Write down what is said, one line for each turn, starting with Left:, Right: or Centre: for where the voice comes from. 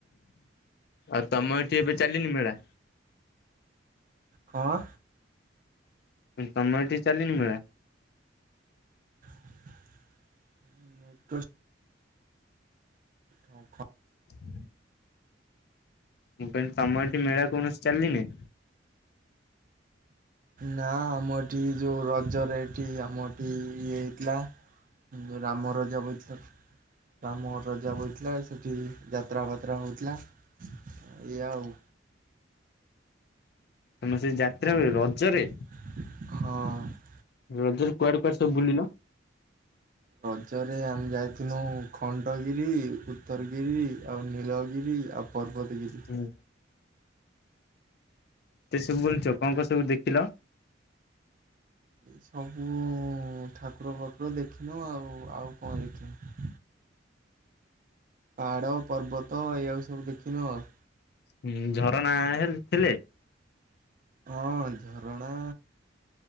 Left: ଆଉ ତମ ଏଠି ଏବେ ଚାଲିନି ମେଳା?
Right: ହଁ।
Left: ତମର ଏଠି ଚାଲିନି ମେଳା?
Right: <inaudible> ହଁ
Left: <inaudible> ମୁଁ କିହିଲି ତମର ସେଠି ମେଳା କୌଣସି ଚାଲିନି?
Right: ନା ଆମଠି ଯୋଉ ରଜରେ ଏଠି ଆମଠି ଇଏ ହେଇଥିଲା। ରାମ ରଜା ବୈଠକ। ବାମ ରଜା ବହିଥିଲା ସେଠି ଯାତ୍ରା ପାତ୍ରା ହଉଥିଲା। ୟା ଆଉ।
Left: ତମର ସେ ଯାତ୍ରା ହୁଏ ରଜରେ?
Right: ହଁ।
Left: ରଜରେ କୁଆଡେ କୁଆଡେ ସବୁ ବୁଲିଲ?
Right: ରଜରେ ଆମେ ଯାଇଥିଲୁ ଖଣ୍ଡଗିରି ଉତ୍ତରଗିରି ଆଉ ନୀଳଗିରି ଆଉ। ପର୍ବତଗିରି।
Left: ହୁଁ ଏତେ ସବୁ ବୁଲିଛ। କଣ କଣ ସବୁ ଦେଖିଲ?
Right: ସବୁ ଠାକୁର ପାକୁର ଦେଖିନ ଆଉ। ଆଉ କଣ ଦେଖିନି? ପାହାଡ଼ ପର୍ବତ ଏଇଆଉ ସବୁ ଦେଖିନୁ ଆଉ।
Left: ହୁଁ ଝରଣା ହେ ଥିଲେ?
Right: ହଁ ଝରଣା।